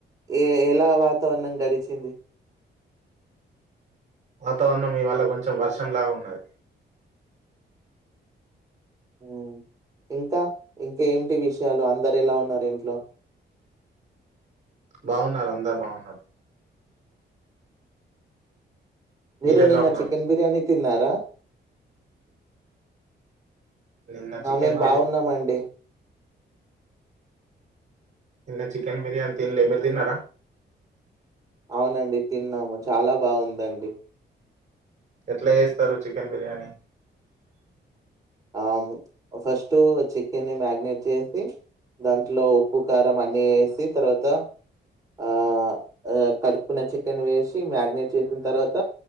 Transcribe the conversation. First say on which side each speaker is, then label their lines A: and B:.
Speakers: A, on the right; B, on the right.
A: ఏ ఎలా వాతావరణం గడిచింది
B: వాతావరణం ఇవాల కొంచెం వర్షంలాగా ఉన్నది
A: హ్మ్మ్ ఇంకా ఇంకా ఏంటి విషయాలు అందరు ఎలా ఉన్నారు ఇంట్లో
B: బాగున్నారు అందరు బాగున్నారు
A: మీరు
B: మీరెలా
A: నిన్న
B: ఉన్నారు
A: చికెన్ బిర్యానీ తిన్నారా
B: నిన్న చికెన్
A: ఆ మేం బాగున్నామండి
B: బిర్యానీ నిన్న చికెన్ బిర్యానీ తిన్లే మీరు తిన్నరా
A: అవునండి తిన్నాము చాలా బాగుందండి
B: ఎట్ల ఏస్తరు చికెన్ బిర్యానీ
A: ఆ ఫస్ట్ చికెన్ని మ్యాగ్నేట్ చేసి దాంట్లో ఉప్పు కారం అన్నీ వేసి తర్వాత ఆ ఆ కడుక్కున్న చికెన్ వేసి మ్యాగ్నేట్ చేసిన తర్వాత